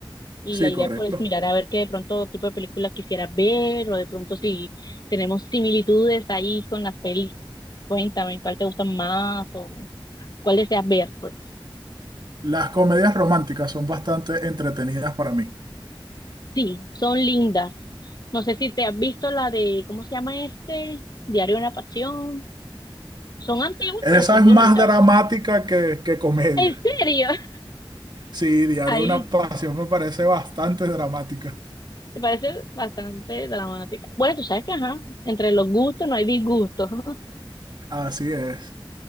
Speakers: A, on the left; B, on the right.
A: y
B: Sí,
A: la idea
B: correcto.
A: pues mirar a ver qué de pronto tipo de películas quisieras ver o de pronto si tenemos similitudes ahí con las pelis. Cuéntame, ¿cuál te gusta más o cuál deseas ver, pues?
B: Las comedias románticas son bastante entretenidas para mí.
A: Sí, son lindas. No sé si te has visto la de, ¿cómo se llama este? Diario de una Pasión. Son antiguas,
B: Esa
A: pero son
B: es
A: bonitas.
B: más dramática que, que comedia.
A: ¿En serio? <laughs>
B: Sí, Diario
A: Ahí,
B: de una Pasión me parece bastante dramática.
A: te parece bastante dramática. Bueno, tú sabes que, ajá, entre los gustos no hay disgustos. <laughs>
B: Así es.